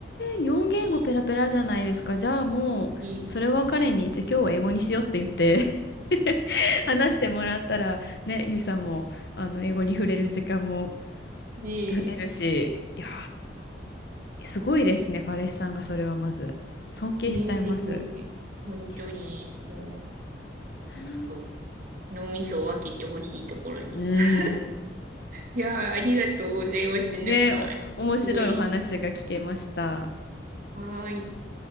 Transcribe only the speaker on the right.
ね
え、
ね
え、
ねえ、本当に、
もう、
と、脳みそを分けてほしいところです。
<laughs> いやあ、ありがとうございました。
なんか、
すごい、はーい。